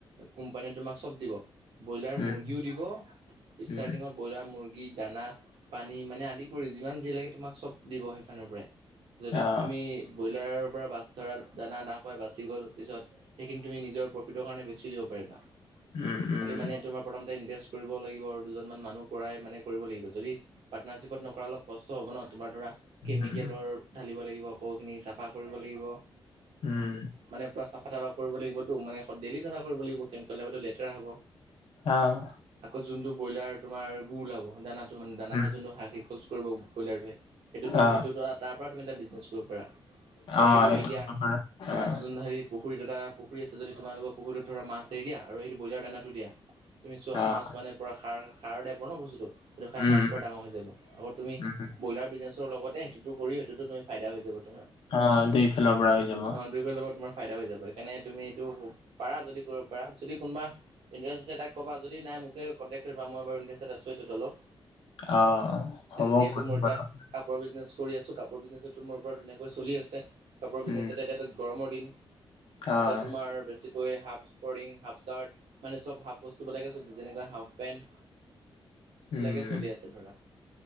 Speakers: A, on the right; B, on the left.
A: কোম্পানীয়ে তোমাক চব দিব। ব্ৰইলাৰ মুৰ্গীও
B: উম
A: দিব, ষ্টাৰ্টিঙত
B: উম
A: ব্ৰইলাৰ মুৰ্গী, দানা পানী মানে আদি কৰি, যিমান যি লাগে তোমাক চব দিব সেইফানৰ পৰাই। যদি
B: অ
A: তুমি ব্ৰইলাৰৰ পৰা বাছ ধৰা দানা আদা কৰাই বাচি গ'ল, পিছত সেইখিনি তুমি নিজৰ প্ৰফিটৰ কাৰণে বেচি দিব পাৰিবা।
B: উম, উম।
A: খালি মানে তোমাৰ প্ৰথমতে ইনভেষ্ট কৰিব লাগিব, আৰু দুজনমান মানুহ কৰাই মানে কৰিব লাগিব যদি পাৰ্টনাৰশ্বিপত নকৰা অলপ কষ্ট কষ্ট হ'ব নহ, তোমাৰ ধৰা কেমিকেলৰ
B: উম,
A: ঢালিব লাগিব আকৌ এইখিনি চাফা কৰিব লাগিব।
B: উম।
A: মানে পুৰা চফা তাফা কৰিব লাগিবতো, মানে ডেইলি চাফা কৰিব লাগিব <unintelligible> লেতেৰা হ'ব।
B: অ'।
A: আকৌ যোনটো ব্ৰইলাৰ তোমাৰ গু ওলাব, দানাটো মানে দানা
B: উম।
A: খাই যোনটো শৌচ কৰিব ব্ৰইলাৰটোৱে, সেইটোতো
B: অ',
A: সেইটো তাৰ পৰা তুমি এটা বিজনেছ কৰিব পাৰা। তেনেকে
B: অ',
A: তুমি
B: সেইটো
A: এতিয়া,
B: হ'ব পাৰে। অ',
A: মাছ <unintelligible> পুখুৰিত এটা, পুখুৰি আছে যদি তোমালোকৰ পুখুৰীত ধৰা মাছ এৰি দিয়া। আৰু সেইটো ব্ৰইলাৰ দানাটো দিয়া, তুমি চোৱা
B: অ'।
A: মাছ মানে পৰা সাৰ সাৰ দাই পৰা ন বস্তুটো। সেইটো খাই
B: উম,
A: মাছ পুৰা ডাঙৰ হৈ যাব, আকৌ তুমি
B: উম, উম।
A: ব্ৰইলাৰ বিজনেছ লগতে সেইটোতো কৰিও, সেইটোতো তুমি ফাইদ হৈ যাব তোমাৰ।
B: অ', <unintelligible> হৈ যাব।
A: দুয়ো ফালৰ পৰা তোমাৰ ফাইদা হৈ যাব, সেইকাৰে তুমি এইটো পাৰা যদি কৰিব পাৰা। যদি কোনবা ইণ্টাৰেষ্ট আছে তাক কবা, যদি নাই মোকে কণ্টেক্ট কৰিবা, মই বাৰু ইাৰে <unintelligible> এটাত অলপ
B: অ', হ'ব
A: যিহেতু
B: বুজি
A: মোৰ এতিয়া
B: পালো বাৰু।
A: কাপোৰৰ বিজনেছ কৰি আছোঁ, কাপোৰৰ বিজনেছ তোমোৰ পৰা ধুনীয়াকৈ চলি আছে, কাপোৰৰ
B: উম,
A: বিজনেছ এাতিয়া তাতে গৰমৰ দিন।
B: অ'।
A: এটা তোমাৰ বেছিকৈ, হাফ, হাফ চাৰ্ট, মানে চব হাফ বস্তুবলাকে, চব যেনেক হাফ পেন্ট।
B: উম।
A: বিলাকে চলি আছে ধৰা।